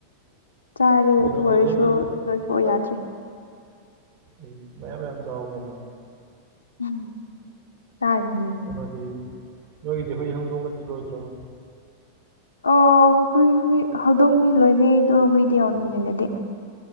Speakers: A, on the left (about 75°); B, on the right (about 55°).
A: ꯆꯥꯔꯦ
B: ꯀꯩꯅꯣꯗꯤ
A: ꯑꯗꯨ ꯑꯣꯏꯔꯁꯨ
B: ꯑꯗꯣꯝꯗ
A: ꯅꯣꯏꯊꯣꯛꯑꯣ ꯌꯥꯗ꯭ꯔꯦ
B: ꯏꯁ ꯃꯌꯥꯝ ꯃꯌꯥꯝ ꯆꯥꯎ ꯀꯩꯅꯣ
A: ꯎꯝ ꯆꯥꯔꯅꯤ
B: ꯀꯩꯅꯣꯗꯤ ꯅꯣꯏꯒꯤꯗꯤ ꯍꯨꯏ ꯍꯧꯗꯣꯡꯒꯗꯤ ꯂꯣꯏꯗ꯭ꯔꯣ
A: ꯑꯣ ꯍꯨꯏ ꯍꯨꯏ ꯍꯧꯗꯣꯡꯗꯤ ꯂꯣꯏꯅꯩ ꯑꯗꯣ ꯍꯨꯏꯗꯤ ꯌꯣꯟ ꯂꯣꯏꯅꯗꯦ